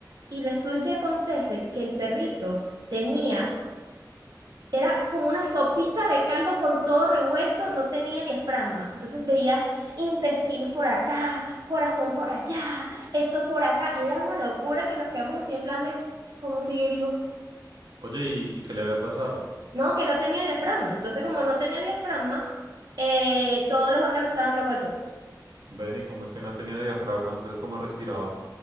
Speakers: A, on the right (about 65°); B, on the right (about 85°).
A: Y resulta que acontece que el perrito tenía era como una sopita de caldo con todo revuelto, no tenía diafragma. Entonces veías intestinos por acá, corazón por allá, esto por acá. Era una locura que nos quedamos así en plan de, ¿cómo sigue vivo?
B: Oye, ¿y, y qué le había pasado?
A: No, que no tenía diafragma. Entonces como no tenía diafragma, eh, todos los órganos estaban revueltos.
B: Ven, ¿y cómo es que no tenía diafragma? Entonces, ¿cómo respiraba?